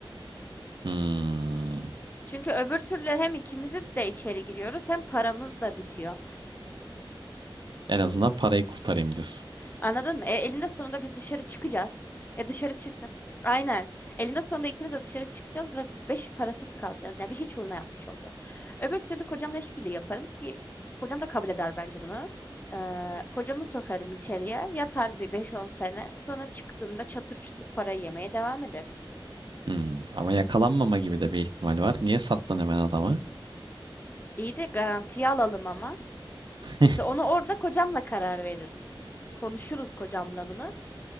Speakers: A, on the right (about 60°); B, on the left (about 20°).
A: Hmm.
B: Çünkü öbür türlü hem ikimiz de içeri giriyoruz hem paramız da bitiyor.
A: En azından parayı kurtarayım diyorsun.
B: Anladın mı? E, elinde sonunda biz dışarı çıkacağız. E dışarı çıktın. Aynen. Elinde sonunda ikimiz de dışarı çıkacağız ve beş parasız kalacağız. Yani bir hiç uğruna yapmış olacağız. Öbür türlü kocamla işbirliği yaparım ki kocam da kabul eder bence bunu. Ee, kocamı sokarım içeriye. Yatar bir beş on sene. Sonra çıktığında çatır çutur parayı yemeye devam ederiz.
A: Hmm. Ama yakalanmama gibi de bir ihtimal var. Niye sattın hemen adama?
B: İyi de garantiye alalım ama.
A: <laughs>
B: İşte onu orada kocamla karar veririm. Konuşuruz kocamla bunu.